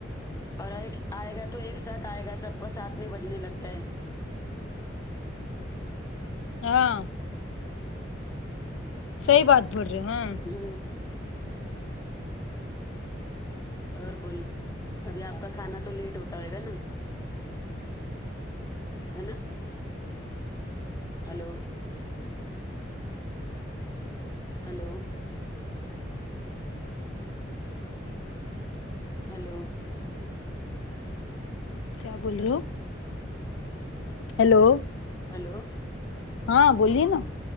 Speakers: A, on the left; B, on the left.
A: اور ایک آئے گا تو ایک ساتھ آئے گا سب کا ساتھ میں بجنے لگتا ہے
B: ہاں صحیح بات بول رہے ہیں ہمم
A: جی اور بولو ابھی آپ کا کھانا تو لیٹ ہوتا ہوئے گا نا ہے نا ہلو ہلو ہلو
B: کیا بول رہے ہو ہیلو
A: ہلو
B: ہاں بولیے نا